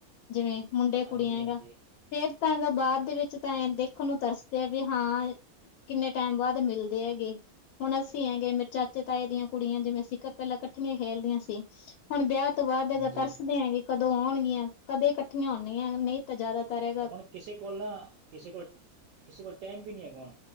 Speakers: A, on the left; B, on the right.
A: ਜਿਵੇਂ ਮੁੰਡੇ
B: ਹਾਂਜੀ
A: ਕੁੜੀਆਂ
B: ਹਾਂਜੀ
A: ਹੈਗਾ ਫੇਰ ਤਾਂ ਬਾਅਦ ਦੇ ਵਿੱਚ ਤਾਂ ਇਹ ਦੇਖਣ ਨੂੰ ਤਰਸਦੇ ਆ ਵੀ ਹਾਂ ਕਿੰਨੇ ਟੈਮ ਬਾਅਦ ਮਿਲਦੇ ਹੈਗੇ ਹੁਣ ਅਸੀਂ ਹੈਂਗੇ ਮੇਰੇ ਚਾਚੇ ਤਾ ਦੀਆਂ ਕੁੜੀਆਂ ਜਿਵੇਂ ਪੈਲਾਂ ਇਕੱਠੀਆਂ ਖੇਲਦੀਆਂ ਸੀ। ਹੁਣ ਵਿਆਹ ਤੋਂ ਬਾਅਦ
B: ਹਾਂਜੀ
A: ਤਰਸਦੇ ਆਂ ਕਿ ਕਦੋਂ ਆਉਣਗੀਆਂ ਕਦੇ ਇਕੱਠੀਆਂ ਹੁੰਦੀਆਂ ਨਹੀਂ ਤਾਂ ਜ਼ਿਆਦਾਤਰ ਹੈ
B: ਹੁਣ ਕਿਸੇ ਕੋਲ ਨਾ ਕਿਸੇ ਕੋਲ ਕਿਸੇ ਕੋਲ ਟੈਮ ਵੀ ਨਹੀਂ ਹੈਗਾ ਹੁਣ।